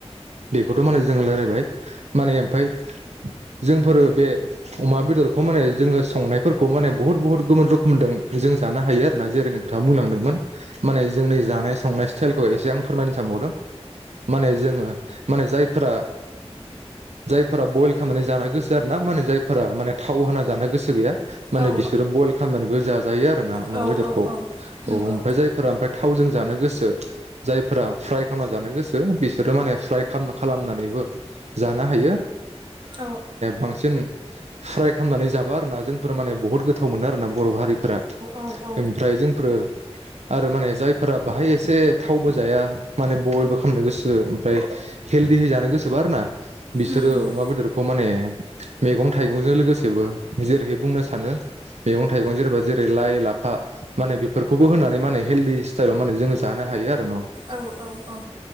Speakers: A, on the right; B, on the right.
A: बेखौथ' माने जों रायलायबाय। माने ओमफाय जोंफोरो बे अमा बेदरखौ माने जोङो संनायफोरखौ माने बुहुद बुहुत गुबुन रोखोमजों जों जानो हायो आरो ना जेरै नोंथाङा बुंलांदोंमोन माने जोंनि जानाय संनाय स्टाइलखौ एसे आं फोरमायनो सानबावदों माने जोङो माने जायफोरा जायफोरा बयल खालामनानै जानाय गो सार। ना माने जायफोरा माने थाव होना जानो गोसो गैया माने
B: औ
A: बिसोरो बयल खालामनानैबो जाजायो आरोना अमा
B: औ
A: बेदरखौ
B: औ औ नंगौ
A: ओमफ्राय जायफोरा ओमफ्राय थावजों जानो गोसो जायफोरा फ्राय खालामना जानो गोसो बिसोरो माने फ्राय खालामनानैबो जानो हायो।
B: औ
A: बांसिन फ्राय खामनानै जाबा आरो ना जोंफोर माने बुहुत गोथाव मोनो आरो ना। बर' हारिफोरा
B: औ औ
A: ओमफ्राय जोंफोर आरो माने जायफोरा बाहाय एसे थावबो जाया माने बयलबो खालामनो गोसो ओमफ्राय हेलदि जानो गोसोबा आरो ना बिसोरो
B: उम उम
A: अमा बेदर खौ माने मैगं थाइगंजों लोगोसेबो जेरैहाय बुंनो सानो मैगं थाइगं जेनेबा जेरै लाइ लाफा माने बेफोरखौबो होनानै माने हेलदि स्टाइलाव माने जोङो जानो हायो आरो। न'
B: औ औ औ।